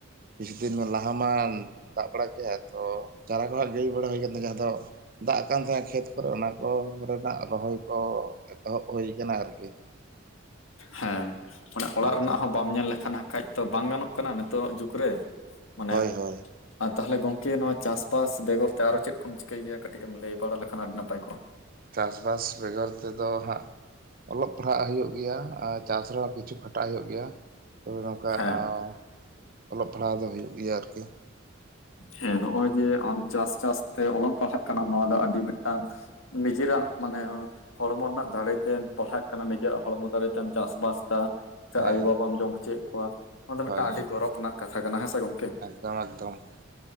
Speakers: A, on the right; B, on the left.
A: ᱠᱤᱪᱷᱩ ᱫᱤᱱ ᱞᱟᱦᱟ ᱢᱟ ᱫᱟᱜ ᱵᱟᱲᱟ ᱠᱮᱫ ᱟᱭ ᱛᱚ ᱪᱟᱨᱟ ᱠᱚ ᱦᱟᱸᱜ ᱜᱤᱰᱤ ᱵᱟᱲᱟ ᱦᱩᱭ ᱟᱠᱟᱱᱟ ᱡᱟᱦᱟᱸ ᱫᱚ ᱫᱟᱜ ᱠᱟᱱ ᱛᱟᱦᱮᱸᱱᱟ ᱠᱷᱮᱛ ᱠᱚᱨᱮ ᱚᱱᱟ ᱠᱚ ᱨᱮᱱᱟᱜ ᱨᱚᱦᱚᱭ ᱠᱚ ᱮᱛᱚᱦᱚᱵ ᱦᱩᱭ ᱟᱠᱟᱱᱟ ᱟᱨᱠᱤ
B: ᱦᱮᱸ ᱚᱱᱮ ᱚᱲᱟᱜ
A: ᱟᱪᱪᱷᱟ
B: ᱨᱮᱱᱟᱜ ᱦᱚᱸ ᱵᱟᱢ ᱧᱮᱞ ᱞᱮᱠᱷᱟᱱ ᱠᱷᱟᱡ ᱛᱚ ᱵᱟᱝ ᱜᱟᱱᱚᱜ ᱠᱟᱱᱟ ᱱᱤᱛᱚᱜ ᱟᱜ ᱡᱩᱜᱽ ᱨᱮ ᱢᱟᱱᱮ
A: ᱦᱳᱭ ᱦᱳᱭ
B: ᱟᱨ ᱛᱟᱦᱚᱞᱮ ᱜᱚᱝᱠᱮ ᱱᱚᱣᱟ ᱪᱟᱹᱥᱵᱟᱥ ᱵᱮᱜᱚᱨ ᱛᱮ ᱟᱨ ᱚ ᱪᱮᱫ ᱠᱚᱢ ᱪᱤᱠᱟᱹᱭ ᱜᱮᱭᱟ ᱠᱟᱹᱴᱤᱡ ᱮᱢ ᱞᱟᱹᱭ ᱵᱟᱲᱟ ᱞᱮᱠᱷᱟᱱ ᱟᱹᱰᱤ ᱱᱟᱯᱟᱭ ᱠᱚᱜᱼᱟ
A: ᱪᱟᱹᱥᱵᱟᱥ ᱵᱮᱜᱚᱨ ᱛᱮᱫᱚ ᱦᱟᱸᱜ ᱚᱞᱚᱜ ᱯᱟᱲᱦᱟᱜ ᱦᱩᱭᱩᱜ ᱜᱮᱭᱟ ᱟᱨ ᱪᱟᱥ ᱨᱮᱦᱚᱸ ᱠᱤᱪᱷᱩ ᱠᱷᱟᱴᱟᱜ ᱦᱩᱭᱩᱜ ᱜᱮᱭᱟ ᱾ ᱛᱚᱵᱮ ᱱᱚᱝᱠᱟ
B: ᱦᱮᱸ
A: ᱟᱶ ᱚᱞᱚᱜ ᱯᱟᱲᱦᱟᱣ ᱫᱚ ᱦᱩᱭᱩᱜ ᱜᱮᱭᱟ ᱟᱨᱠᱤ ᱾
B: ᱦᱮᱸ ᱱᱚᱜᱼᱚᱭ ᱡᱮ ᱟᱢ ᱪᱟᱥ ᱪᱟᱥ ᱾ ᱛᱮ ᱚᱞᱚᱜ ᱯᱟᱲᱦᱟᱜ ᱠᱟᱱᱟ ᱱᱚᱣᱟ ᱫᱚ ᱟᱹᱰᱤ ᱢᱤᱫᱴᱟᱝ ᱱᱤᱡᱮᱨᱟᱜ ᱢᱟᱱᱮ ᱦᱚᱲᱢᱚ ᱨᱮᱱᱟᱜ ᱫᱟᱲᱮ᱾ ᱛᱮᱢ ᱯᱟᱲᱦᱟᱜ ᱠᱟᱱᱟ ᱱᱤᱡᱮᱨᱟᱜ ᱦᱚᱲᱢᱚ ᱫᱟᱲᱮ ᱛᱮᱢ ᱪᱟᱥᱵᱟᱥ ᱫᱟ ᱥᱮ
A: ᱦᱮᱸ
B: ᱟᱭᱩ
A: ᱦᱮᱸ
B: ᱵᱟᱵᱟᱢ ᱡᱚᱢ ᱦᱚᱪᱚᱭᱮᱫ ᱠᱚᱣᱟ ᱾ ᱱᱚᱣᱟ ᱫᱚ
A: ᱦᱳᱭ
B: ᱢᱤᱫᱴᱟᱝ ᱟᱹᱰᱤ ᱜᱚᱨᱚᱵᱽ ᱨᱮᱱᱟᱜ ᱠᱟᱛᱷᱟ ᱠᱟᱱᱟ ᱦᱮᱸ ᱥᱮ ᱜᱚᱝᱠᱮ ᱾
A: ᱛᱟᱲᱟᱜ ᱫᱟᱢ ᱾